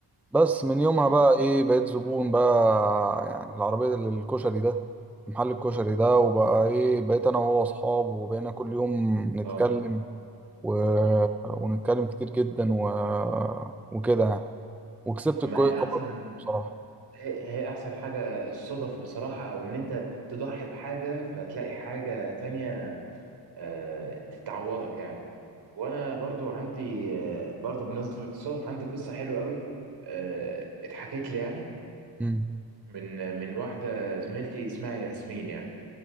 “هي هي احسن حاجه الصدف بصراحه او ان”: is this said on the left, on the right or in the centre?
Right